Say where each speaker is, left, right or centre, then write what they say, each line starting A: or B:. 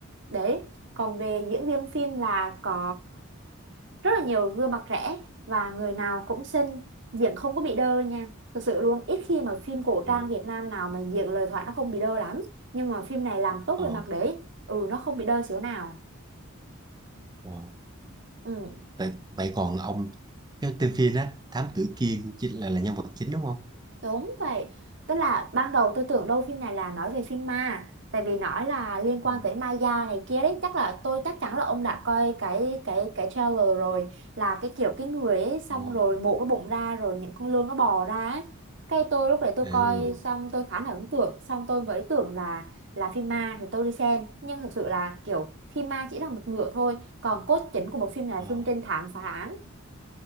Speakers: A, on the right; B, on the right.
A: Đấy, còn về diễn viên phim là có rất là nhiều gương mặt trẻ và người nào cũng xinh, diễn không có bị đơ nha. Thực sự luôn, ít khi mà phim cổ
B: Ồ,
A: trang Việt Nam nào mà diễn lời thoại nó không bị đơ lắm. Nhưng mà phim này làm tốt
B: ờ
A: về mặt đấy, ừ nó không bị đơ xíu nào.
B: ờ.
A: Ừ.
B: Vậy, vậy còn ông cái tên phim á Thám tử Kiên chính là là nhân vật chính đúng không?
A: Đúng vậy, tức là ban đầu tôi tưởng đâu phim này là nói về phim ma Tại vì nói là liên quan
B: Ờ,
A: tới Maya này kia đấy Chắc là tôi chắc chắn là ông đã coi cái cái cái trailer rồi Là cái kiểu cái người ấy xong
B: Ồ,
A: rồi mổ cái bụng ra rồi những con lươn nó bò ra ấy. Cái tôi lúc đấy tôi
B: ừ.
A: coi xong tôi khá là ấn tượng Xong tôi mới tưởng là là phim ma thì tôi đi xem Nhưng thực sự là kiểu phim ma chỉ là một nửa thôi Còn cốt chính của bộ phim này
B: ờ.
A: là phim trinh thám phá án